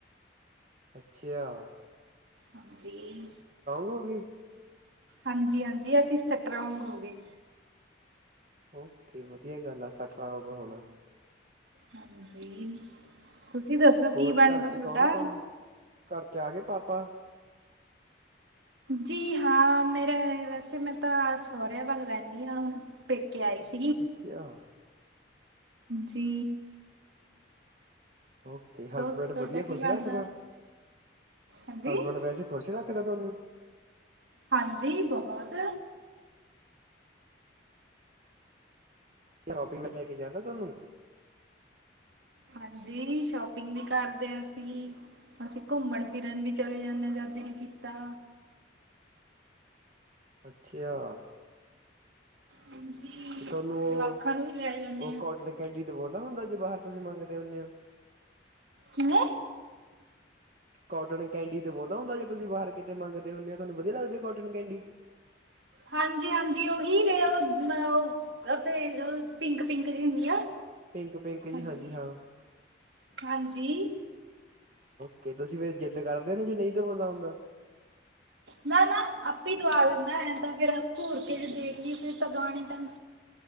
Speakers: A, on the right; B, on the right.
A: ਅੱਛੇਆ।
B: ਹਾਂਜੀ।
A: ਹੋ ਗਏ
B: ਹਾਂਜੀ- ਹਾਂਜੀ, ਅਸੀਂ ਸਟਰੋਂਗ, ਹੋ ਗਏ।
A: ਓਕੇ। ਵਧੀਆ ਗੱਲ ਆ। ਸੱਟ ਰੋਂਗ, ਹੁਣਾ।
B: ਹਾਂਜੀ। ਤੁਸੀਂ ਦੱਸੋ,
A: ਹੋਰ
B: ਕੀ ਬਣਦਾ
A: ਘਰ
B: ਤੁਹਾਡਾ?
A: ਚ ਕੌਣ ਕੌਣ ਆ ਘਰ ਚ, ਆ ਗਏ ਪਾਪਾ?
B: ਜੀ ਹਾਂ, ਮੇਰਾ ਵੈਸੇ, ਮੈਂ ਤਾਂ ਸਹੁਰਿਆਂ, ਵੱਲ ਰਹਿੰਦੀ ਹਾਂ। ਹੁਣ, ਪੇਕੇ ਆਈ ਸੀ।
A: ਅੱਛੀਆ।
B: ਜੀ।
A: ਓਕੇ। ਹਸਬੈਂਡ
B: ਤੁਹਾਡਾ
A: ਵਧੀਆ
B: ਕੀ
A: ਖੁਸ਼
B: ਬਣਦਾ
A: ਰੱਖਦਾ?
B: ਹਾਂਜੀ।
A: ਹਸਬੈਂਡ ਵੈਸੇ। ਖੁਸ਼ ਰੱਖਦਾ ਤੁਹਾਨੂੰ?
B: ਹਾਂਜੀ। ਬਹੁਤ।
A: ਸ਼ੋਪੀਗ, ਲੈ ਕੇ ਜਾਂਦਾ ਤੁਹਾਨੂੰ?
B: ਹਾਂਜੀ। ਸ਼ੋਪਿੰਗ ਵੀ, ਕਰਦੇ ਹਾਂ ਅਸੀਂ। ਅਸੀਂ ਘੁੰਮਣ- ਫਿਰਨ ਵੀ, ਚਲੇ ਜਾਂਦੇ ਹਾਂ। ਜਦ ਦਿਲ ਕੀਤਾ।
A: ਅੱਛੇਆ।
B: ਹਾਂਜੀ
A: ਤੇ ਤੁਹਾਨੂੰ, ਉਹ,
B: ਜਵਾਕਾਂ ਨੂੰ ਵੀ ਲੈ ਜਾਂਦੇ
A: ਉਹ
B: ਹਾਂ
A: ਕੋਟਨ ਕੈਂਡੀ, ਦਵਾਉਂਦਾ ਹੁੰਦਾ। ਜੇ ਬਾਹਰ ਤੁਸੀਂ ਮੰਗਦੇ ਹੁੰਣੇ ਹੋ।
B: ਜਿਵੇਂ?
A: ਕੋਟਨ ਕੈਂਡੀ ਦੁਆਦਾ ਹੁੰਦਾ, ਜੇ ਤੁਸੀਂ ਬਾਹਰ ਕਿਤੇ ਮੰਗਦੇ ਹੋਣੇ ਹੋ? ਤੁਹਾਨੂੰ ਵਧੀਆ ਲਗਦੀ ਆ ਕੋਟਨ ਕੈਂਡੀ?
B: ਹਾਂਜੀ- ਹਾਂਜੀ। ਉਹੀ ਰ ਉਹ ਪਿੰਕ ਪਿੰਕ ਦੀ ਹੁੰਦੀ ਆ
A: ਪਿੰਕ ਪਿੰਕ ਜੀ
B: ਹਾਂਜੀ
A: ਹਾਂ
B: ਹਾਂਜੀ
A: ਕੇ ਤੁਸੀਂ ਫੇਿਰ ਜਿੱਦ ਕਰਦੇ ਹੋ ਨਾ ਜੇ ਨਹੀਂ ਤੇ ਬਦਾ ਹੁੰਦਾ
B: ਨਾ- ਨਾ, ਆਪੇ ਹੀ, ਦਵਾ ਦਿੰਦਾ ਐ। ਤਾਂ ਫੇਰ, ਘੁਰ ਕੇ, ਜੇ ਦੇਖ ਲਈਏ। ਫੇਰ ਤਾਂ ਦਵਾਣਾ ਪੈਂਦਾ।